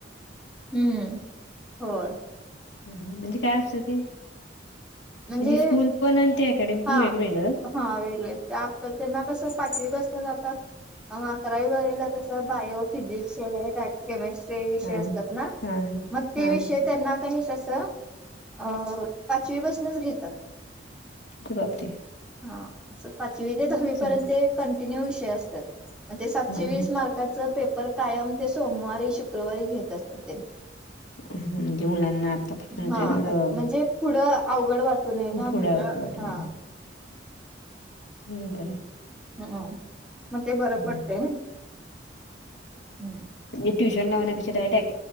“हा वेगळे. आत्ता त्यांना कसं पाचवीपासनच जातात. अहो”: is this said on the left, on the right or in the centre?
Centre